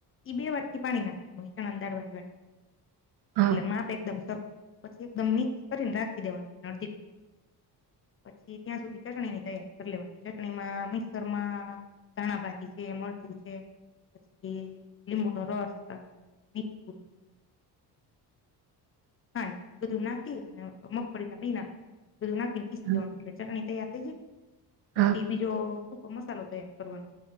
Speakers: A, on the left; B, on the right.
A: ઈ બે વાટકી પાણી નાખવાનું એ પણ અંદાાર વાળી વાટકી
B: હા
A: એટલે માપ એકદમ સરખું પછી એકદમ મિક્સ કરીને રાખી દેવાનું અડદીવા પછી ત્યાં સુધી ચટણીની તૈયારી કરી લેવાની ચટણીમાં મિક્સરમાં ધાણા ભાજી છે મરચું છે પછી લીંબુ નો રસ મીઠું ને ખાંડ બધું નાખી અને મગફળી ના બી નાખી બધું નાખીને પીસી
B: હા
A: જવાનું એટલે ચટણી તૈયાર થઇ જાય
B: હા
A: પછી બીજો શ મસાલો તૈયાર કરવાનો